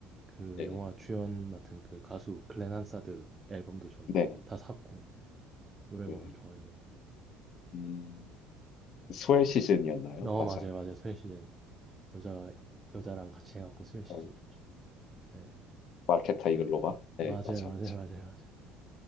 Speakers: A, on the right (about 20°); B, on the left (about 55°).
A: 그
B: 네네.
A: 영화 주연 맡은 그 가수 글렌 한사드 앨범도 전
B: 네네.
A: 다 샀고 노래
B: 네.
A: 워낙 좋아해서.
B: 음, 스웰 시즌이었나요?
A: 어,
B: 맞아.
A: 맞아요, 맞아요. 스웨 시즌 여자 여자랑 같이 해갖고 스웨 시즌이었죠.
B: 네.
A: 네,
B: 마르케타 이글로바? 네,
A: 맞아요,
B: 맞아,
A: 맞아요,
B: 맞아.
A: 맞아요, 맞아요,